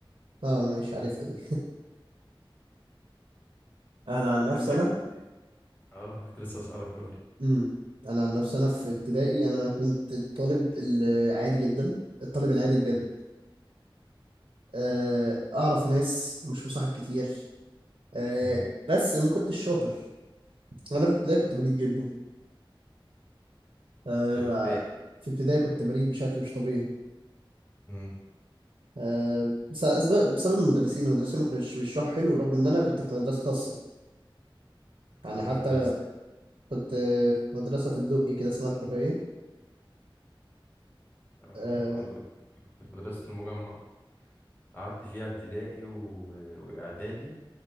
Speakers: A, on the right (about 80°); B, on the left (about 20°).
A: اه مش عارفها دي انا عن نفسي
B: أنت
A: انا
B: كنت <laughs> آه كنت لسه أسألك قول لي
A: امم انا عن نفسي انا في ابتدائي انا كنت الطالب العادي جدا الطالب العادي بجد آه، اعرف ناس مش مصاحب كتير آه،
B: مم.
A: بس ما كنتش شاطر انا في ابتدائي كنت بليد جدا آه،
B: في ابتدائي
A: في ابتدائي كنت بليد بشكل مش طبيعي
B: مم.
A: آه، بس- أسباب- بسبب المدرسين المدرسين ما كانوش بيشرحوا حلو رغم ان انا كنت في مدرسه خاصه يعني
B: كنت
A: حتى
B: في مدرسة
A: كنت في مدرسه في الدقي كده اسمها الحريه
B: آه
A: أه
B: أنا كنت كنت في مدرسة المجمع قعدت فيها ابتدائي و... وإعدادي